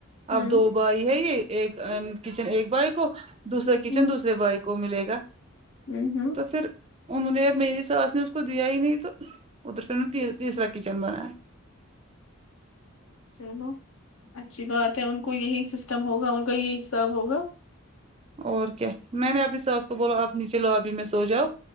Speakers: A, on the left; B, on the right.
A: ہوں
B: اب دو بھائی ہے یہ ایک ام کچن ایک بھائی کو دوسرا کچن
A: ہوں
B: دوسرے بھائی کو ملے گا
A: ہوں ہوں
B: تو پھر انہوں نے اب میری ساس نے اس کو دیا ہی نہیں تو ادھر پھر ان نے تیسرا کچن بنایا
A: چلو اچھی بات ہے ان کو یہی سسٹم ہوگا ان کا یہی حساب ہوگا
B: اور کیا میں نے اپنی ساس کو بولو آپ نیچے لوبی میں سو جاؤ